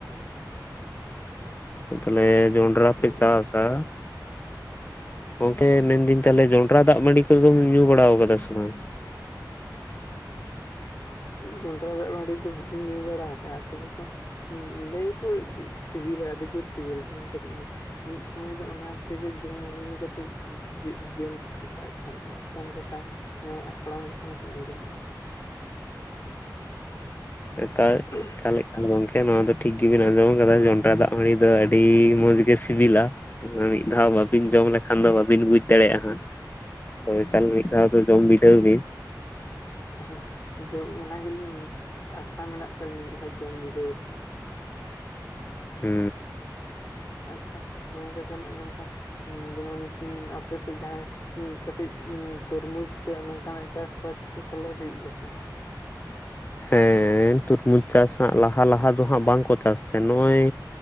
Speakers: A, on the left (about 25°); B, on the left (about 45°).
A: ᱚ ᱛᱟᱞᱮ ᱡᱚᱰᱨᱟ
B: ᱟᱪᱪᱷᱟ
A: ᱯᱮ
B: ᱜᱚᱝᱠᱮ
A: ᱪᱟᱥ-ᱟ ᱜᱚᱢᱠᱮ ᱢᱮᱱᱫᱟᱹᱧ ᱛᱟᱦᱞᱮ ᱡᱚᱱᱰᱨᱟ ᱫᱟᱜ ᱢᱟᱰᱤ ᱠᱚᱫᱚᱢ ᱧᱩ ᱵᱟᱲᱟᱣ ᱠᱟᱫᱟ ᱥᱮ ᱵᱟᱝ
B: ᱡᱚᱱᱰᱨᱟ ᱫᱟᱜ ᱵᱟᱺᱰᱤ ᱫᱚ ᱵᱟᱹᱧ ᱧᱩ ᱵᱟᱲᱟ ᱠᱟᱜᱼᱟ ᱛᱚᱵᱮ ᱠᱚ ᱞᱟᱹᱭᱟᱠᱚ ᱥᱤᱵᱤᱞᱟ ᱟᱹᱰᱤ ᱡᱳᱨ ᱥᱤᱵᱤᱞᱟ ᱢᱮᱱᱛᱮ ᱠᱚ ᱢᱤᱫ ᱥᱩᱢᱟᱹᱭ ᱫᱚ ᱚᱱᱟ ᱛᱮᱜᱮ ᱡᱚᱢ ᱧᱩ ᱠᱟᱛᱮᱫ ᱡᱤᱭᱚᱱ ᱠᱚ ᱠᱷᱟᱸᱰᱟᱣᱮᱫ ᱛᱟᱦᱮᱸᱫ ᱱᱚᱝᱠᱟᱱ ᱠᱟᱛᱷᱟ ᱢᱟᱱᱮ ᱦᱟᱯᱲᱟᱢ ᱠᱚᱴᱷᱮᱱ ᱠᱷᱚᱱ ᱟᱸᱡᱚᱢᱚᱜᱼᱟ᱾
A: ᱦᱮᱸ ᱠᱟ
B: <unintelligible>
A: ᱛᱟᱦᱞᱮ ᱠᱷᱟᱱ ᱜᱚᱢᱠᱮ ᱱᱚᱣᱟ ᱫᱚ ᱴᱷᱤᱠ ᱜᱤᱵᱤᱱ ᱟᱸᱡᱚᱢ ᱠᱟᱫᱟ ᱡᱚᱱᱰᱨᱟ ᱫᱟᱜ ᱢᱟᱲᱤ ᱫᱚ ᱟᱹᱰᱤ ᱢᱚᱸᱡᱽ ᱜᱮ ᱥᱤᱵᱤᱞᱟ᱾ ᱢᱤᱫ ᱫᱷᱟᱣ ᱵᱟᱹᱵᱤᱱ
B: ᱦᱮᱸ
A: ᱡᱚᱢ ᱞᱮᱠᱷᱟᱱ ᱫᱚ ᱵᱟᱵᱤᱱ ᱵᱩᱡᱽ ᱫᱟᱲᱮᱭᱟᱜᱼᱟ ᱦᱟᱸᱜ, ᱦᱳᱭ ᱮᱠᱟᱞ
B: ᱦᱮᱸ
A: ᱢᱤᱫᱷᱟᱣ ᱫᱚ ᱡᱚᱢ ᱵᱤᱰᱟᱹᱣ ᱵᱤᱱ᱾
B: ᱦᱮᱸ ᱡᱚᱢ ᱚᱱᱟ ᱜᱮᱞᱤᱧ ᱟᱥᱟ ᱢᱮᱱᱟᱜ ᱛᱟᱹᱞᱤᱧᱟ ᱢᱤᱫ ᱫᱷᱟᱣ ᱡᱚᱢ ᱵᱤᱰᱟᱹᱣ ᱨᱮᱱᱟᱜ᱾
A: ᱦᱩ
B: ᱟᱪᱪᱷᱟ ᱜᱚᱢᱠᱮ ᱛᱟᱦᱞᱮ ᱱᱚᱝᱠᱟ ᱡᱮᱢᱚᱱ ᱟᱯᱮᱥᱮᱫ ᱡᱟᱦᱟᱸᱭ ᱠᱟᱹᱴᱤᱡ ᱛᱚᱨᱢᱩᱡᱽ ᱥᱮ ᱱᱚᱝᱠᱟᱱᱟᱜ ᱪᱟᱥᱵᱟᱥ ᱫᱚ ᱛᱟᱦᱞᱮ ᱦᱩᱭᱩᱜ ᱜᱮᱭᱟ ᱵᱟᱝ?
A: ᱦᱮᱸ ᱛᱩᱨᱢᱩᱡᱽ ᱪᱟᱥ ᱦᱟᱸᱜ ᱞᱟᱦᱟ ᱞᱟᱦᱟ ᱫᱚ ᱦᱟᱸᱜ ᱵᱟᱝᱠᱚ ᱪᱟᱥ ᱛᱟᱦᱮᱸᱫ, ᱱᱚᱜᱼᱚᱭ